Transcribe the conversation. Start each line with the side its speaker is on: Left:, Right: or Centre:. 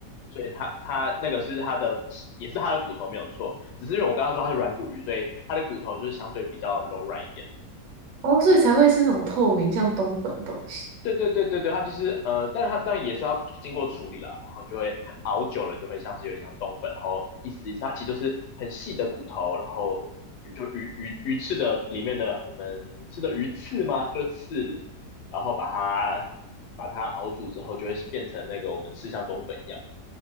Left: 所以它它那个是它的也是它的骨头没有错，只是因为我刚刚说它是软骨鱼，所以它的骨头就是相对比较柔软一点。
Right: 哦，所以才会是那种透明像冬粉的东西。
Left: 对对对对对，它就是呃，但是它当然也是要经过处理啦，然后就会熬久了就会像是有点像冬粉，然后一丝一丝，它其实就是很细的骨头，然后就鱼鱼鱼翅的里面的我们吃的鱼刺吗？就刺，然后把它把它熬煮之后，就会变成那个我们吃像冬粉一样